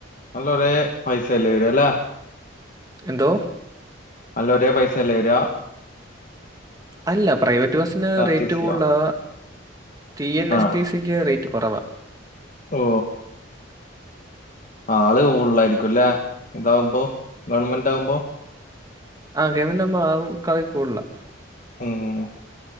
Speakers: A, on the left (about 40°); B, on the right (about 20°).
A: നല്ല ഒര പൈസല്ലേ വരിക അല്ല
B: എന്തോ
A: സല്ല ഒരേ പൈസല്ലേ വരികാ
B: അല്ല പ്രൈവറ്റ് ബസിന് റേറ്റ്
A: ടി സിയോ
B: കൂടുതലാ ടി എൻ
A: ആ
B: എസ് ടി സിക്ക് റേറ്റ് കുറവാ
A: ഓ ആള് കൂടുലായിരിക്കുംല്ലേ ഇതാവുമ്പോ ഗവൺമെന്റ് ആകുമ്പോ
B: ആഹ് ഗവണ്മെന്റ് ആകുമ്പോ ആളും ഇച്ചിരി കൂടുതലാ
A: ഉം